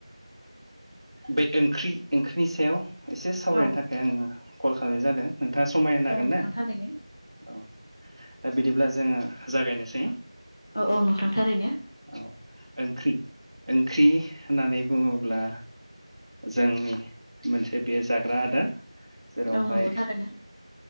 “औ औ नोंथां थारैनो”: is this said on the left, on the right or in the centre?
Left